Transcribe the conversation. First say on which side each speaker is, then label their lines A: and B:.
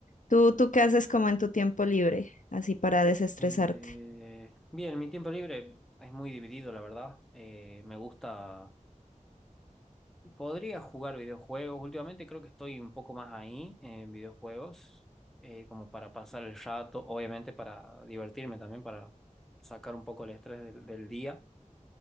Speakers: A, on the left; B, in the centre.
A: ¿Tú, tú qué haces como en tu tiempo libre, así para desestresarte?
B: Eh, bien, mi tiempo libre es muy dividido, la verdad. Eh, me gusta. Podría jugar videojuegos. Últimamente creo que estoy un poco más ahí en videojuegos, eh, como para pasar el rato, obviamente para divertirme también, para sacar un poco el estrés del, del día.